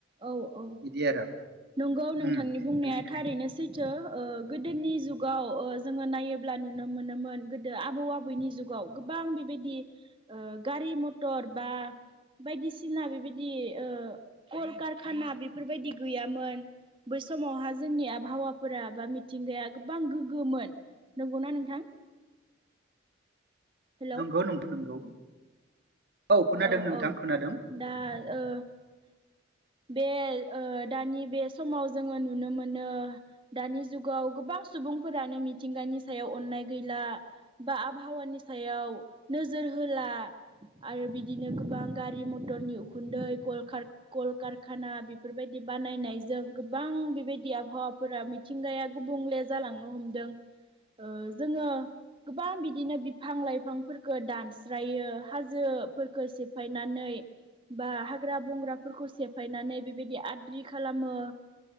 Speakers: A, on the right (about 25°); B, on the right (about 55°).
A: औ औ औ
B: बिदि आरो
A: नंगौ नोंथांनि
B: उम
A: बुंनाया
B: बिनिखायनो
A: थारैनो सैथो ओ गोदोनि जुगाव ओ जोङो नायोब्ला नुनो मोनोमोन गोदो आबौ आबैनि जुगाव गोबां गोबां बेबायदि ओ गारि मथर बा बायदिसिना बेबायदि ओ कलकारखाना बेफोरबायदि गैयामोन बै समावहा जोंनि आबहावाफोरा बा मिथिंगाया गोबां गोग्गोमोन। नंगौना नोंथां? हेलौ
B: नंगौ नोंथां नंगौ खोनादों
A: औ
B: नोंथां
A: औ
B: खोनादों
A: दा ओ बे ओ दानि बे समाव जोङो नुनो मोनो दानि जुगाव गोबां सुबुं सुबुं फोरानो मिथिंगानि सायाव अननाय गैला बा आबहावानि सायाव नोजोर हो होला आरो बिदिनो गोबां गारि मटरनि उखुन्दै कलखार- कलकारखाना बेफोरबायदि बानायनाय जों गोबां बेबायदि आबहावाफोरा मिथिंगाया गुबुंले जालांनो हमदों। ओ‌ जोङो गोबां बिदिनो बिफां लाइफांफोरखौ दानस्रायो हाजो फोरखो‌ सेफायनानै बा हाग्रा बंग्राफोरखौ सेफायनानै बेबायदि आद्रि खालामो